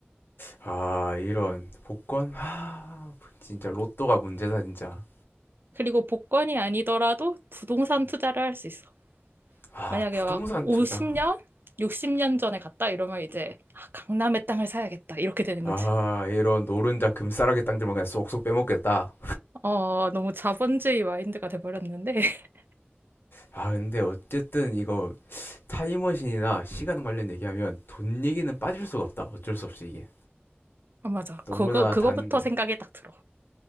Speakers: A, on the left; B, on the right.
A: 아, 이런 복권. 아, 진짜 로또가 문제다, 진짜.
B: 그리고 복권이 아니더라도 부동산 투자를 할 수 있어.
A: 아,
B: 만약에
A: 부동산
B: 막 50년?
A: 투자.
B: 60년 전에 갔다 이러면 이제 아, 강남의 땅을 사야겠다 이렇게 되는
A: 아,
B: 거지.
A: 이런 노른자 금싸라기 땅들만 그냥 쏙쏙 빼먹겠다.
B: 어, 너무 자본주의 마인드가 돼버렸는데. <laughs>
A: 아, 근데 어쨌든 이거 타임머신이나 시간 관련 얘기하면 돈 얘기는 빠질 수가 없다. 어쩔 수 없이 이게.
B: 아, 맞아.
A: 너무나
B: 그거, 그거부터
A: 단
B: 생각이 딱 들어.